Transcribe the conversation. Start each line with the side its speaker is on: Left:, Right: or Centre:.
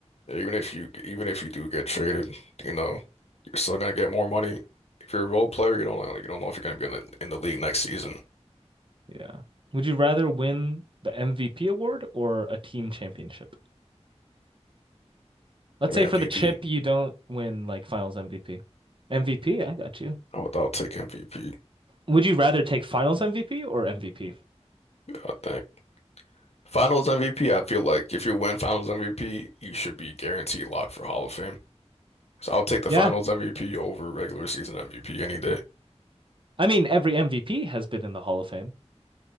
Left: Yeah, even if you even if you do get traded, you know, you're still gonna get more money. If you're a role player, you don't like you don't know if you're gonna be in the, in the league next season.
Right: Yeah. Would you rather win the MVP award or a team championship? Let's
Left: I
Right: say
Left: mean, MVP.
Right: for the chip, you don't win like finals MVP. MVP, I got you.
Left: I would, I would take MVP.
Right: Would you rather take finals MVP or MVP?
Left: I think. Finals MVP, I feel like if you win Finals MVP, you should be guaranteed locked for Hall of Fame. So I'll take the
Right: Yeah.
Left: Finals MVP over regular season MVP any day.
Right: I mean, every MVP has been in the Hall of Fame.